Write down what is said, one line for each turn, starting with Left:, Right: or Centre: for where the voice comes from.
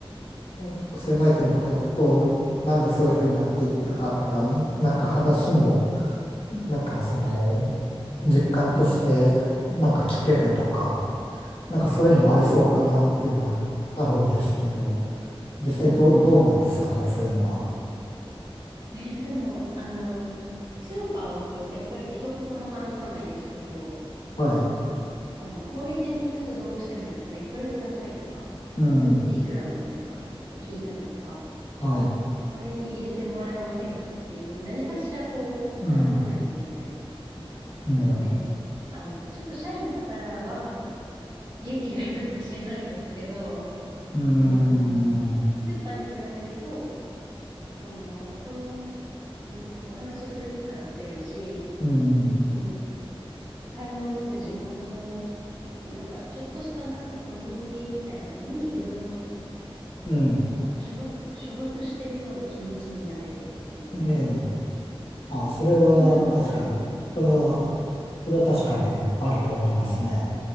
Left: うん精米店とか行くと、なんでそういうふうになっていったかとか、
Right: はい。
Left: なんか話も、なんかその、
Right: あ、
Left: 実感としてなんか聞けるとか、なんかそういうのもありそうかなっていうのはあるんですけど、
Right: 聞けそうですね。
Left: 実際どう、
Right: うんう
Left: どうなんですかね、
Right: んうん。
Left: そういうのは。
Right: えー、でも、あの、スーパーだとやっぱり一言も話さないですけど、
Left: はい。
Right: あの、小売店に行くとどうしてもやっぱりこれくださいとか、
Left: うん。
Right: それっていくらなんですかって聞いたりとか、
Left: はい。
Right: これに入れてもらえませんかっていう何かしらこう話さないといけない。
Left: うん。うん。
Right: なので、あの、ちょっとシャイな方は勇気がいるかもしれないですけど、
Left: うん。
Right: うーん、スーパーに比べると、その、その、うんお話しする機会が増えるし、
Left: うん。
Right: その、買い物する地元の、なんか、ちょっとしたなんかコミュニティみたいなのに自分も
Left: うん。
Right: なんか所属、所属してるような気持ちになれると言いますか。
Left: ええ。あ、それは確かに、
Right: そんなのはありますね。
Left: それは、それは確かにあると思いますね。